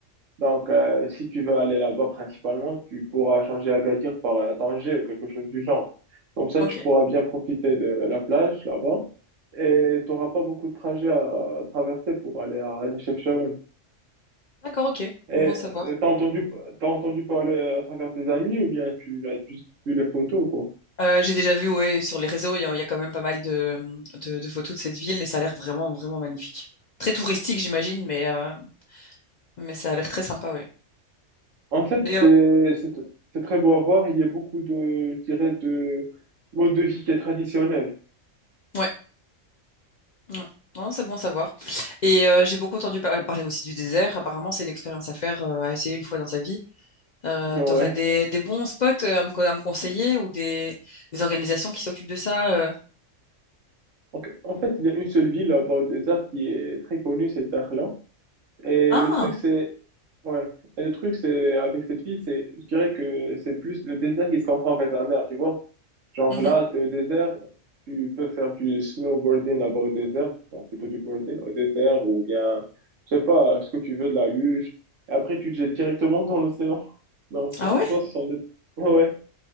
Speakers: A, on the right; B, on the left.
A: Donc, euh, si tu veux aller là-bas principalement, tu pourras changer Agadir par euh, Tanger ou quelque chose du genre. Comme ça,
B: Ok,
A: tu pourras bien profiter de la plage là-bas et tu n'auras pas beaucoup de trajets à, à traverser pour aller à Chefchaouen.
B: d'accord, ok,
A: Et
B: bon savoir.
A: euh, t'as entendu, t'as entendu parler à travers tes amis ou bien tu as juste vu les photos, quoi?
B: Euh, j'ai déjà vu, ouais, sur les réseaux, il y, a il y a quand même pas mal de, de, de photos de cette ville et ça a l'air vraiment, vraiment magnifique. Très touristique, j'imagine, mais, euh, mais ça a l'air très sympa, oui.
A: En fait,
B: Mais,
A: c'est,
B: euh,
A: c'est, c'est très beau à voir. Il y a beaucoup de, je dirais, de mode de vie qui est traditionnel.
B: ouais, ouais. Non, c'est bon à savoir. Et euh, j'ai beaucoup entendu par- parler aussi du désert. Apparemment, c'est une expérience à faire, euh, à essayer une fois dans sa vie. Euh,
A: <laughs> Ouais.
B: t'aurais des, des bons spots euh, à me, co- à me conseiller ou des, des organisations qui s'occupent de ça euh.
A: Donc, en fait, il y a une seule ville à Baudésart qui est très connue, c'est Dakhla. Et
B: Ah,
A: le truc, c'est, ouais, et le truc, c'est, avec cette ville, c'est, je dirais que c'est plus le désert qui se confond avec la mer, tu vois. Genre
B: mhm.
A: là, t'es au désert, tu peux faire du snowboarding là-bas au désert, donc plutôt du boarding au désert, ou bien, je sais pas, ce que tu veux, de la luge. Et après, tu te jettes directement dans l'océan. Donc,
B: Ah
A: euh, en
B: ouais?
A: soi, ce sont des... Ouais.